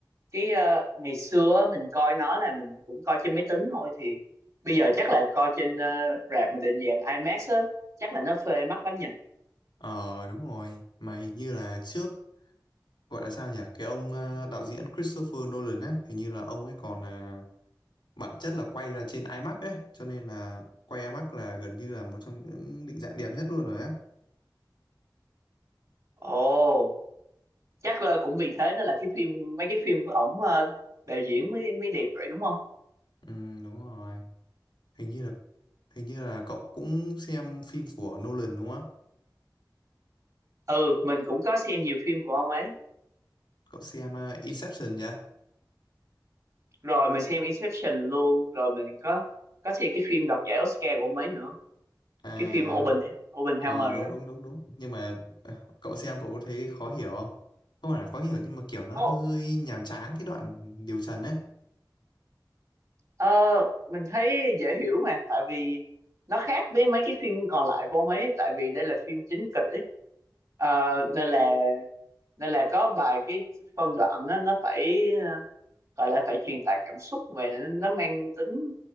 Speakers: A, on the right; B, on the left.
A: cái ờ, ngày xưa á, mình coi nó là mình cũng coi trên máy tính thôi thì bây giờ chắc là coi trên ờ, rạp mà định dạng IMAX á, chắc là nó phê mắt lắm nhỉ.
B: Ờ đúng rồi, mà hình như là trước gọi là sao nhỉ? Cái ông ờ, đạo diễn Christopher Nolan á, hình như là ông ấy còn ờ, bản chất là quay ra trên IMAX ấy, cho nên là quay IMAX là gần như là một trong những định dạng đẹp nhất luôn rồi á.
A: Ồ, chắc là cũng vì thế đó là cái phim mấy cái phim của ổng ờ, đạo diễn mới mới đẹp vậy đúng không?
B: Ừ đúng rồi, hình như là hình như là cậu cũng xem phim của Nolan đúng không?
A: Ừ, mình cũng có xem nhiều phim của ông ấy.
B: cậu xem ờ, Inception nhá
A: rồi mình xem Inception luôn rồi mình có có xem cái phim đoạt giải Oscar của mấy nữa
B: à
A: cái phim Open Oppenheimer
B: ờ đúng
A: á.
B: đúng đúng đúng nhưng mà ờ, cậu xem cậu có thấy khó hiểu không không phải là khó hiểu nhưng mà kiểu nó
A: Ồ,
B: hơi nhàm chán cái đoạn điều trần ấy
A: ờ, mình thấy dễ hiểu mà tại vì nó khác với mấy cái phim còn lại của ông ấy tại vì đây là phim chính kịch ấy Ờ, nên là nên là có vài cái phân đoạn á, nó phải ờ, gọi là phải truyền tải cảm xúc về nó mang tính